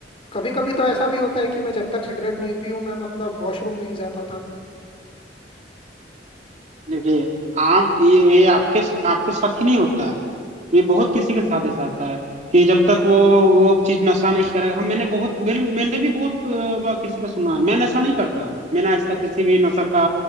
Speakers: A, on the left (about 30°); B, on the right (about 40°).
A: कभी कभी तो ऐसा भी होता है कि मैं जब तक सिगरेट नहीं पीऊँ मैं मतलब वॉशरूम नहीं जा पाता
B: देखिए आप ये, ये आपके आपके साथ ही नहीं होता है ये बहुत किसी के साथ ऐसा होता है कि जब तक वो वो चीज नशा नहीं करेगा हम मैंने बहुत मैंने, मैंने भी बहुत अ, बार किसी का सुना है मैं नशा नहीं करता हूँ मैंने आज तक किसी भी नशा का